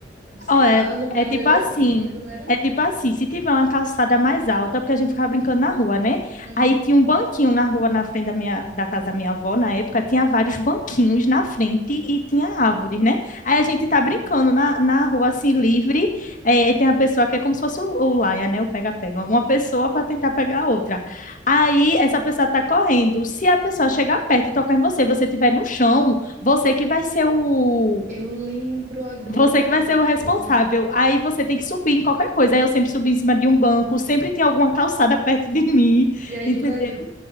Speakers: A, on the right; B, on the left.
A: sei
B: Ó, é,
A: lá, no paralelepípedo,
B: é tipo assim.
A: não era?
B: É tipo assim, se tiver uma calçada mais alta, porque a gente ficava brincando na rua, né?
A: Uhum.
B: Aí tinha um banquinho na rua, na frente da minha, da casa da minha avó, na época, tinha vários banquinhos na frente e tinha árvores, né? Aí a gente tá brincando na, na rua, assim, livre, é, aí tem a pessoa que é como se fosse o, o laia, né? O pega-pega, uma pessoa para tentar pegar a outra. Aí essa pessoa tá correndo, se a pessoa chegar perto e tocar em você, você estiver no chão, você que vai ser o
A: Eu lembro agora,
B: você que vai
A: meu
B: ser o responsável.
A: Deus.
B: Aí você tem que subir em qualquer coisa. Aí eu sempre subi em cima de um banco, sempre tem alguma calçada <laughs> perto de mim,
A: E aí
B: entendeu?
A: tu caía?